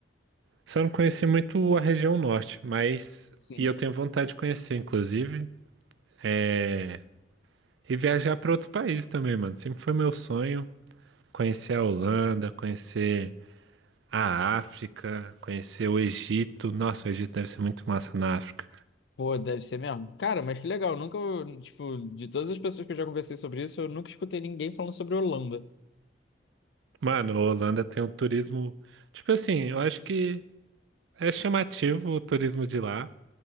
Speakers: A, on the right; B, on the left.
A: Só não conheci muito a região norte, mas.
B: sim.
A: E eu tenho vontade de conhecer, inclusive. É... E viajar para outros países também, mano. Sempre foi meu sonho conhecer a Holanda, conhecer a África, conhecer o Egito. Nossa, o Egito deve ser muito massa na África.
B: Pô, deve ser mesmo. Cara, mas que legal. Nunca, tipo, de todas as pessoas que eu já conversei sobre isso, eu nunca escutei ninguém falando sobre Holanda.
A: Mano, a Holanda tem um turismo. Tipo assim, eu acho que é chamativo o turismo de lá.